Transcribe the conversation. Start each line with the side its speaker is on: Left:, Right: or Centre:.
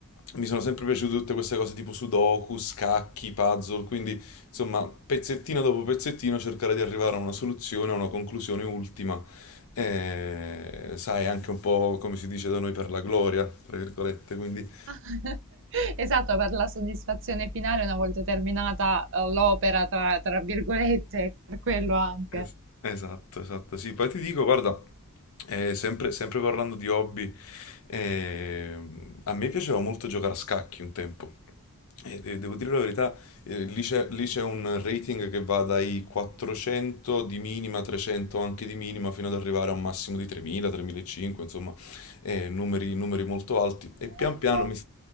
Left: mi sono sempre piaciute tutte queste cose tipo sudoku, scacchi, puzzle, quindi, insomma, pezzettino dopo pezzettino cercare di arrivare a una soluzione, a una conclusione ultima. Eh, sai, anche un po' come si dice da noi per la gloria, tra virgolette, quindi...
Right: <laughs> Esatto, per la soddisfazione finale una volta terminata eh, l'opera, tra, tra virgolette, per quello anche.
Left: Es- esatto, esatto, sì. Poi ti dico, guarda, eh, sempre, sempre parlando di hobby, ehm, a me piaceva molto giocare a scacchi un tempo. E de- devo dire la verità, eh, lì c'è lì c'è un rating che va dai 400 di minima, 300 anche di minima, fino ad arrivare a un massimo di 3000, 3500, insomma, eh, numeri, numeri molto alti. E
Right: Bello.
Left: pian piano mi...